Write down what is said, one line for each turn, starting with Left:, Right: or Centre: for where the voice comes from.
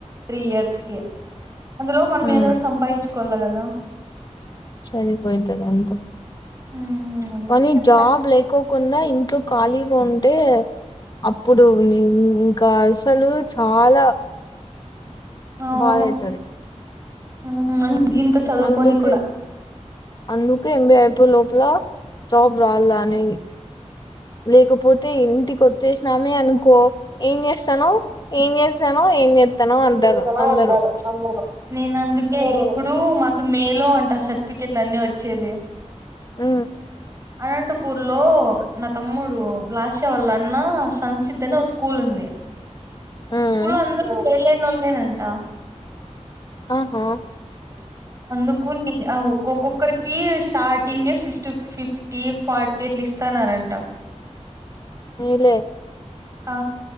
Right: త్రీ ఇయర్స్ కి అందులో మనం
Left: హ్మ్
Right: ఏదో ఒకటి సంపాదించు కొల కదా
Left: సరిపోయితంది ఎంత
Right: ఉమ్, అందుకే
Left: కానీ
Right: చెప్పా
Left: జాబ్ లేకోకుండా ఇంట్లో ఖాళీగాంటే అప్పుడు ఇంకా అసలు చాలా
Right: అవును
Left: భడైతంది
Right: <inaudible> చదువుకొని
Left: అందుకే
Right: కూడా
Left: అందుకే ఏం బి ఎ అయిపోయి అట్లా జాబ్ రావాలా అనేది లేకపోతే ఇంటికి వచ్చేసినామే అనుకో ఏం చేస్తానావు ఏం చేస్తా స్తానో ఏం చెస్తానో అంటారు
Right: చేస్తానో
Left: అందరూ
Right: అన్నాను అన్నాను నేను అందుకే ఇప్పుడు మాకు మేలో అంట సర్టిఫికేట్లు అన్ని వచ్చేది
Left: ఆ
Right: అనంతపూర్ లో నా తమ్ముడు లాస్య వల్ల అన్న సంసిద్ధని ఒక స్కూల్ ఉంది
Left: హ్మ్
Right: స్కూలు అం ఫెయిల్ అయిన వల్లి అంట
Left: ఆహ్ హా
Right: అందుకు ఒక్కొక్కరికి స్టార్టింగే ఫిఫ్టీ ఫిఫ్టీ ఫోర్టీ అట్లా ఇస్తాన్నారంట
Left: అలే
Right: ఆ